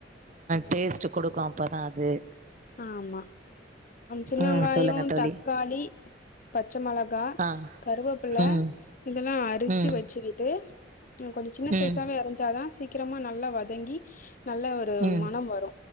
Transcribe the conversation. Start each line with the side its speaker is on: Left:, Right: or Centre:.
Right: டேஸ்டு குடுக்கு அப்ப தா அது <unintelligible>
Left: ஆமா சின்ன
Right: ம்
Left: வெங்காயோ
Right: சொல்லுங்க தோழி
Left: தக்காளி பச்ச மொளகா
Right: ஆ
Left: கருவேப்பிள்ள
Right: ம்
Left: இதெல்லா அர ரிச்சி
Right: ம்
Left: வச்சிக்கிட்டு ம் கொஞ்ச சின்ன
Right: ம்
Left: சைஸாவே அரிஞ்சாதா சீக்கிரமா நல்லா வதங்கி நல்ல ஒரு
Right: ம்
Left: மனம் வரு